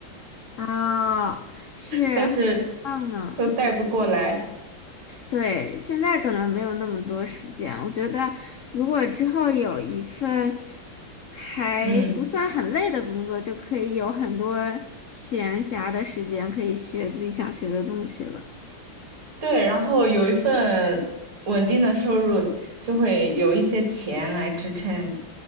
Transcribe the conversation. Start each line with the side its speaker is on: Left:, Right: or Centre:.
Left: 哦，是，
Right: 但是
Left: 很棒呢。
Right: 都带不过来。
Left: 对，现在可能没有那么多时间。我觉得，如果之后有一份还不算很累的工作，
Right: 嗯，
Left: 就可以有很多闲暇的时间，可以学自己想学的东西了。
Right: 对，然后有一份稳定的收入，就会有一些钱来支撑